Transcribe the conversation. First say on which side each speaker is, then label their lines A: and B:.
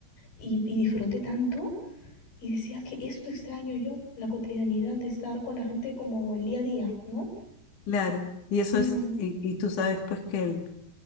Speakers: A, on the left (about 90°); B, on the left (about 60°).
A: y, y disfruté tanto y decía que esto extraño yo, la cotidianidad de estar con la gente como el día a día, ¿no?
B: Claro, y eso
A: Mm,
B: es, y, y tú sabes pues que el-